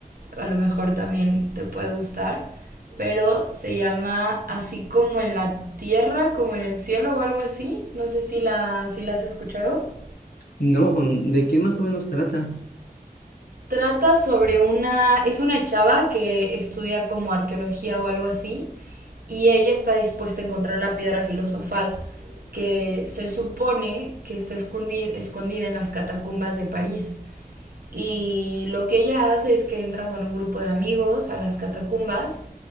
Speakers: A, on the right; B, on the left.
A: a lo mejor también te puede gustar, pero se llama Así como en la tierra, como en el cielo o algo así. No sé si la, si la has escuchado.
B: No, mm, ¿de qué más o menos trata?
A: Trata sobre una, es una chava que estudia como arqueología o algo así, y ella está dispuesta a encontrar la piedra filosofal que se supone que está escondida, escondida en las catacumbas de París. Y lo que ella hace es que entra con un grupo de amigos a las catacumbas